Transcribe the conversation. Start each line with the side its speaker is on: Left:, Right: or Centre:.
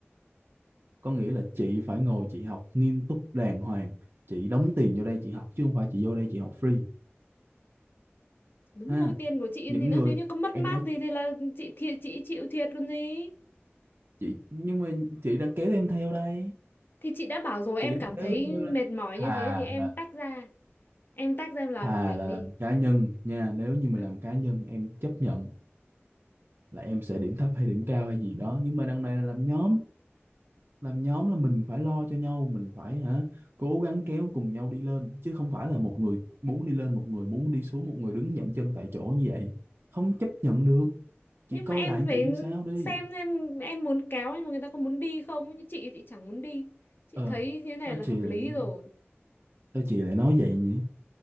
Right: có nghĩa là chị phải ngồi chị học nghiêm túc đàng hoàng chị đóng tiền vô đây chị học chứ không phải chị vô đây chị học free
Left: đúng
Right: ha
Left: rồi tiền của chị
Right: những
Left: thì nữa
Right: người
Left: nếu như có mất
Right: em
Left: mát
Right: nói
Left: gì thì là chị thiệt chị chịu thiệt còn gì
Right: chị nhưng mà chị đã kéo em theo đây
Left: Thì chị đã bảo rồi em
Right: Để
Left: cảm thấy
Right: em nêu lên.
Left: mệt mỏi
Right: thà
Left: như thế thì em
Right: là,
Left: tách ra, em tách ra em làm
Right: thà
Left: một mình
Right: là làm
Left: đi.
Right: cá nhân nha nếu như
Left: Ờ,
Right: mà làm cá nhân em chấp nhận là em sẽ điểm thấp hay điểm cao hay gì đó nhưng mà đằng này là làm nhóm làm nhóm là mình phải lo cho nhau mình phải hả cố gắng kéo cùng nhau đi lên chứ không phải là một người muốn đi lên một người muốn đi xuống một người đứng dậm chân tại chỗ như vậy không chấp nhận được chị
Left: Nhưng
Right: coi
Left: mà em
Right: lại anh
Left: phải
Right: chị sao đi
Left: xem xem em muốn kéo nhưng mà người ta có muốn đi không? Như chị chị chẳng muốn đi. Chị
Right: ờ
Left: thấy như thế này
Right: sao
Left: là
Right: chị
Left: hợp
Right: lại-
Left: lý rồi.
Right: sao chị lại nói vậy nhỉ